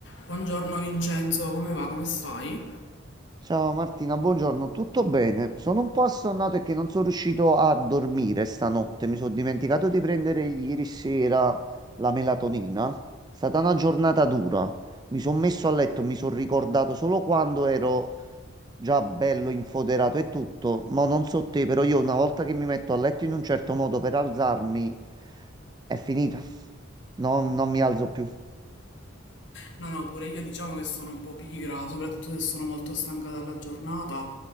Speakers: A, on the left; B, on the right.
A: Buongiorno Vincenzo, come va? Come stai?
B: Ciao Martina, buongiorno, tutto bene? Sono un po' assonnato e che non sono riuscito a dormire stanotte. Mi sono dimenticato di prendere ieri sera la melatonina. È stata una giornata dura. Mi sono messo a letto, mi sono ricordato solo quando ero già bello infoderato e tutto. Ma non so te, però io una volta che mi metto a letto in un certo modo per alzarmi, è finita. non non mi alzo più.
A: No, no, pure io diciamo che sono un po' pigra, soprattutto se sono molto stanca dalla giornata.